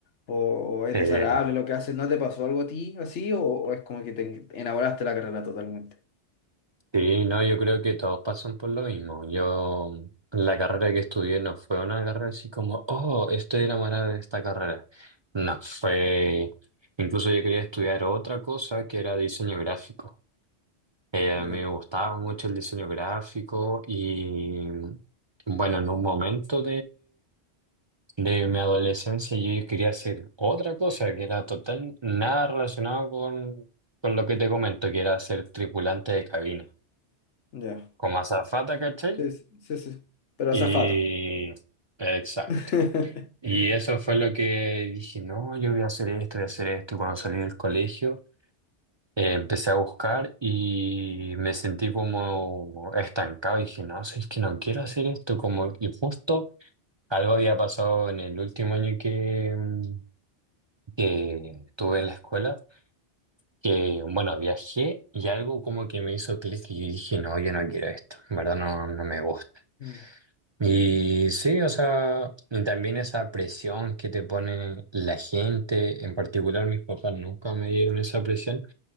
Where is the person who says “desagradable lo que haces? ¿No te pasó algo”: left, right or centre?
Left